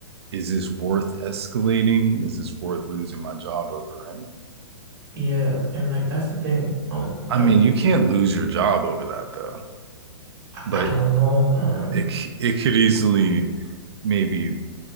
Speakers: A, on the right; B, on the right.
A: is this worth escalating? Is this worth losing my job over, right?
B: yeah, and like that's the thing. Um,
A: I
B: like
A: mean, you can't lose your job over that though,
B: I,
A: but
B: I don't know, man.
A: it c- it could easily maybe